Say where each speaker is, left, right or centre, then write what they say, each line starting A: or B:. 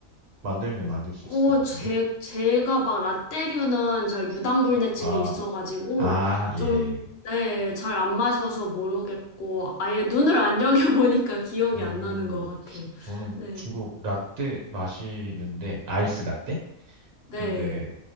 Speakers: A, on the right; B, on the left.
A: 만들면 만들 수
B: 어,
A: 있을 것 같은데.
B: 제, 제가 막 라떼류는 제가 유당불내증이
A: 아,
B: 있어가지고,
A: 아, 예.
B: 좀, 네, 잘 안 마셔서 모르겠고, 아예 눈을 안 여겨보니까 <laughs> 기억이
A: 음,
B: 안 나는 것 같아요.
A: 저는
B: 네,
A: 주로 라떼 마시는데, 아이스 라떼?
B: 네.
A: 근데